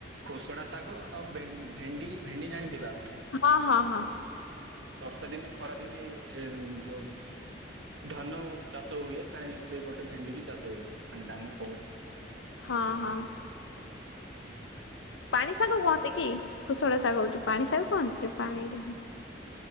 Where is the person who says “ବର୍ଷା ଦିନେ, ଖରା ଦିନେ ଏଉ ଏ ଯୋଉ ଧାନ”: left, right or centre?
Right